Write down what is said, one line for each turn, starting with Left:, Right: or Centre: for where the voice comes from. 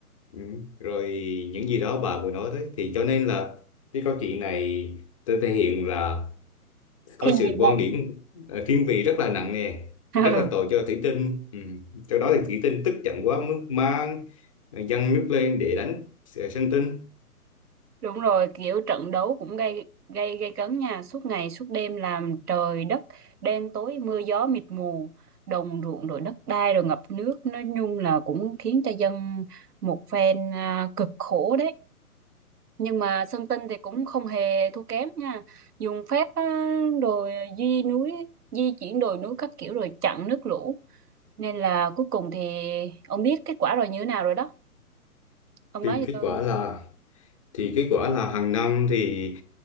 Left: ừ. rồi những gì đó bà vừa nói đấy thì cho nên là cái câu chuyện này tôi thể hiện là có
Right: Thiên
Left: sự
Right: vị
Left: quan
Right: lần.
Left: điểm ờ, thiên vị rất là nặng nề
Right: <laughs>
Left: rất là tội cho thủy tinh ừ. sau đó thì thủy tinh tức giận quá mới mang ờ, dâng nước lên để đánh ờ, sơn tinh
Right: Đúng rồi, kiểu trận đấu cũng gây gây gây cấn nha, suốt ngày suốt đêm làm trời đất đen tối mưa gió mịt mù, đồng ruộng rồi đất đai rồi ngập nước, nói chung là cũng khiến cho dân một phen à, cực khổ đấy. Nhưng mà Sơn Tinh thì cũng không hề thua kém nha. Dùng phép á, rồi di núi, di chuyển đồi núi các kiểu rồi chặn nước lũ. Nên là cuối cùng thì ông biết kết quả rồi như thế nào rồi đó. Ông
Left: thì
Right: nói cho
Left: kết
Right: tôi.
Left: quả là thì kết quả là hàng năm thì